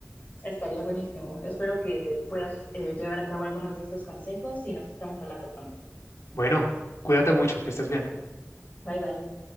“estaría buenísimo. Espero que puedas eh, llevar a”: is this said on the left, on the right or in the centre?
Left